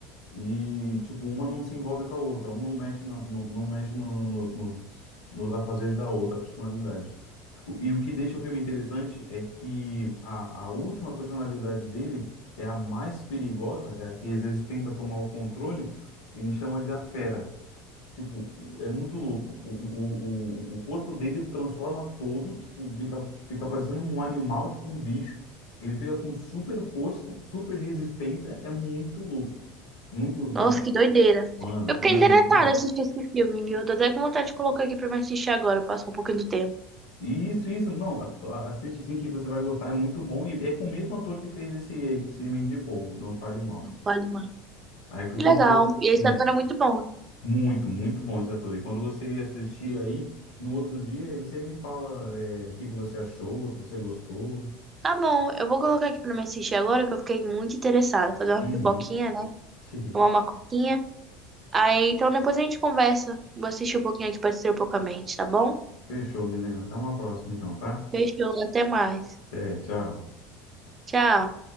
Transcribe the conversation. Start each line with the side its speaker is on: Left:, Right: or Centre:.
Left: E, tipo, uma não se envolve com a outra, um não mexe, na, no, não mexe no, no- no- nos, nos afazeres da outra personalidade. Tipo, E o que deixa o filme interessante é que a, a última personalidade dele, que é a mais perigosa, é a que às vezes tenta tomar o controle, ele chama de a fera. Tipo, é muito louco. O, o, o, o corpo dele transforma todo, tipo, fica, fica parecendo um animal, tipo um bicho. Ele fica com super força, super resistência, é muito louco. Muito,
Right: Nossa, que doideira.
Left: Mano,
Right: Eu fiquei
Left: e é
Right: interessada
Left: muito legal.
Right: em assistir esse filme, viu? Tô até com vontade de colocar aqui pra me assistir agora, passar um pouquinho do tempo.
Left: Isso, isso, não, a- a- assiste sim que você vai gostar, é muito bom, e é com o mesmo ator que fez esse aí, que se me indicou, Não Fale o Mal.
Right: Vale mais.
Left: Aí que
Right: Que
Left: quando
Right: legal.
Left: você,
Right: E esse
Left: sim,
Right: ator
Left: é
Right: é muito bom.
Left: muito, muito bom esse ator, e quando você assistir aí, no outro dia, aí você me fala é, o que que você achou, se você gostou.
Right: Tá bom, eu vou colocar aqui pra me assistir agora, que eu fiquei muito interessada. Fazer uma
Left: Uhum.
Right: pipoquinha, né?
Left: <laughs>
Right: Tomar uma coquinha. Aí, então depois a gente conversa. Vou assistir um pouquinho aqui pra distrair um pouco a mente, tá bom?
Left: Fechou, Milena, até uma próxima então, tá?
Right: Fechou, até mais.
Left: É, tchau.
Right: Tchau.